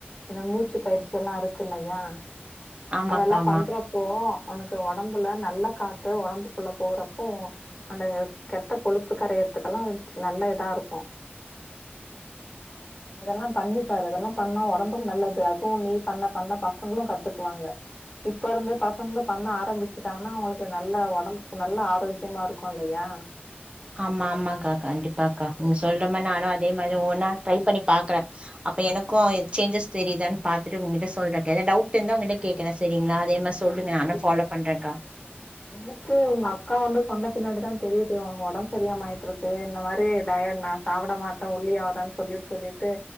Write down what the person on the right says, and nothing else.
ஆமாக்கா
ஆமா
ஆமா ஆமாக்கா கண்டிப்பாக்கா நீங்க சொல்ற மாரி நானு அதே மாரி ஒன்னா ட்ரை பண்ணி பாக்குற அப்ப எனக்கு சேஞ்சஸ் தெரியுதான்னு பாத்துட்டு உங்கிட்ட சொல்றா எதா டவுட் இருந்த உங்கிட் கேக்கற செரிங்களா அதே மாரி சொல்லுங்க
நானு ஃபாலோ பண்றேக்கா